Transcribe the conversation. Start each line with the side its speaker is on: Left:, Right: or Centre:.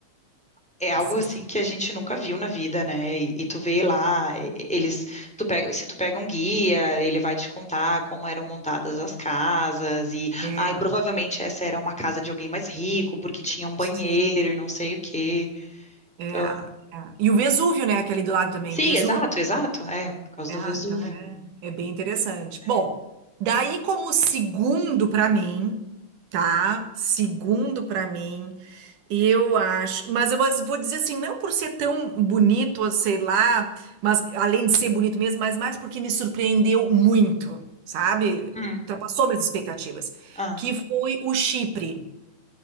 Centre: é algo
Right: É sensacional.
Centre: assim que a gente nunca viu na vida, né? E, e tu vê lá, e- eles, tu pega, se tu pega um guia, ele vai te contar como eram montadas as casas e,
Right: É, é,
Centre: ai, provavelmente essa era uma casa de alguém mais rico porque tinha um banheiro
Right: sim,
Centre: e não sei o quê.
Right: é,
Centre: Então,
Right: é. E o Vesúvio, né? Aquele do lado também,
Centre: sim,
Right: o Vesúvio.
Centre: exato, exato, é por causa
Right: É,
Centre: do Vesúvio,
Right: então é,
Centre: né?
Right: é bem interessante.
Centre: É.
Right: Bom, daí como segundo para mim, tá? Segundo para mim. Eu acho, mas eu vou vou dizer assim, não por ser tão bonito, sei lá, mas além de ser bonito mesmo, mas mais porque me surpreendeu muito, sabe?
Centre: Hum,
Right: Ultrapassou minhas expectativas,
Centre: ah.
Right: que foi o Chipre.